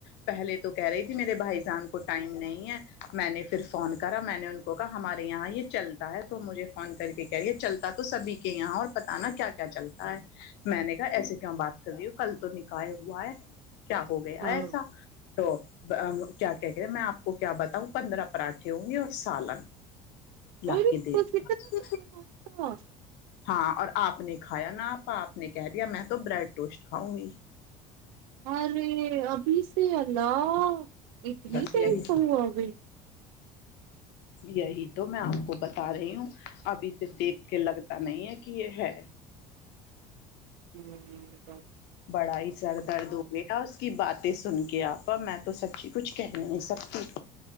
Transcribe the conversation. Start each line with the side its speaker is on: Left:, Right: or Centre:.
Left: پہلے تو کہہ رہی تھی میرے بھائی جان کو ٹائم نہیں ہے میں نے پھر فون کرا میں نے ان کو کہا ہمارے یہاں یہ چلتا ہے تو مجھے فون کر کے کیا یہ چلتا تو سبھی کے یہاں اور پت نا کیا کیا چلتا ہے میں نے ایسے کیوں بات کر رہی ہوں کل تو نک کاائے ہوو ہے کیا ہو گیا
Right: ہاں
Left: ایسا <unintelligible> کیا کہ کہے ہیں میں آپ کو کیا بتاؤں پندرہ پراٹے ہوں گے اور سالن لا
Right: ارے
Left: کے د
Right: بس
Left: دیا
Right: اتنا سا ناشتہ
Left: ہاں اور آپ نے کھایا نا آپپ نے کہہ دیا میں تو بریڈ ٹوسٹ کھاؤں گی
Right: اور ابھی ی اللہ <unintelligible> اتنی
Left: بس
Right: دیر
Left: یہی
Right: پ ابھی
Left: یہی تو میں آپ کو بتا رہی ہوں اب اسے دیکھ کے لگتا نہیں ہے کہ یہ ہے
Right: ہمم
Left: بڑا ہی سر درد ہو گیا اس کی بات تے سن کے آپا میں تو سچی کچھ کہہ نہیں سکتی